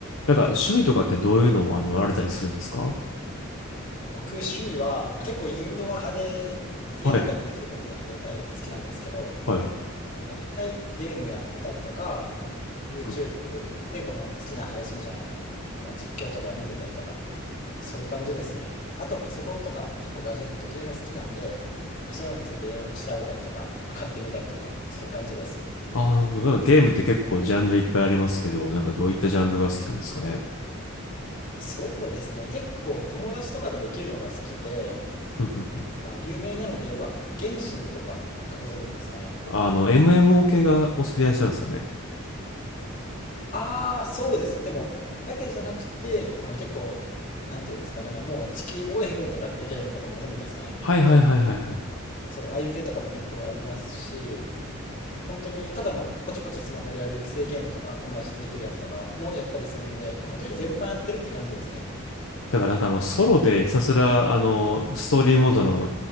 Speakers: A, on the left; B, on the left.
A: なんか趣味とかってどういうのをあの、られたりするんですか
B: 僕、趣味は、まあ結構インドア派で、家の中でできることなら大体好きなんですけど、
A: はいはい。はいはい。
B: まあ、大体ゲームやってたりとか、YouTube
A: うん
B: でこの好きな配信者の、まあ、実況とか見てたりとか、まあ、そういう感じですね。あとパソコンとか結構ガジェット系が好きなんで、まあ、そういうのについていろいろ調べたりとか、まあ、買ってみたりとか、そういう感じです。
A: ああなるほど。なんかゲームって結構ジャンルいっぱいありますけど、なんかどういったジャンルが好きなんですかね。
B: そうですね。結構友達とかとできるのが好きで、
A: うんうんうん
B: まあ、有名なので言えば、原神とか、なんかご存知ですかね。
A: あの、MMO 系がお好きでいらっしゃるんですかね。
B: ああ、そうですね。でも、だけじゃなくて、あの結構、なんていうんですかね、もう地球防衛軍とかっていうゲームとかもご存知ですかね。
A: はいはいはいはいはい。
B: そう、ああいう系とかも結構やりますし、本当にただのポチポチスマホでやる育成ゲームとか、友達とできるやつとかもやったりするんで、本当に全般やってるって感じですね。
A: だからなんかあの、ソロでひたすら、あの、ストーリーモードの、